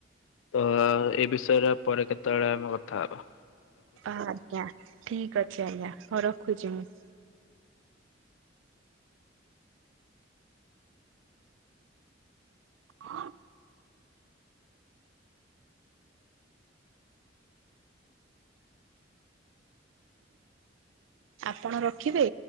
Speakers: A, on the left; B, on the right.
A: ତ ଏ ବିଷୟରେ ପରେ କେତବଳେ ଆମେ କଥା ହେବା।
B: ଆଜ୍ଞା, ଠିକ୍ ଅଛି ଆଜ୍ଞା ହଉ ରଖୁଚି ମୁଁ।
A: ଆ
B: <inaudible> <inaudible> ଆପଣ ରଖିବେ?